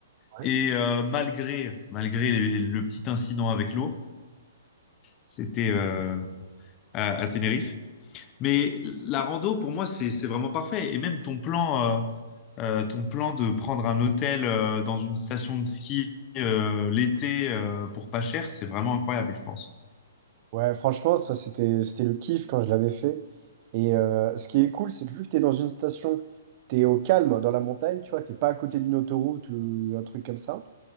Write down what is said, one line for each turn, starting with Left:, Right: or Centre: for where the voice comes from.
Right: Ouais,
Left: Et euh, malgré malgré les- le petit incident avec l'eau, c'était euh, à, à Tenerife. Mais la rando, pour moi, c'est c'est vraiment parfait. Et même ton plan, euh, euh, ton plan de prendre un hôtel euh, dans une station de ski euh, l'été euh, pour pas cher, c'est vraiment incroyable, je pense.
Right: Ouais, franchement, ça c'était c'était le kiff quand je l'avais fait. Et euh, ce qui est cool, c'est que vu que t'es dans une station, t'es au calme dans la montagne, tu vois, t'es pas à côté d'une autoroute ou un truc comme ça.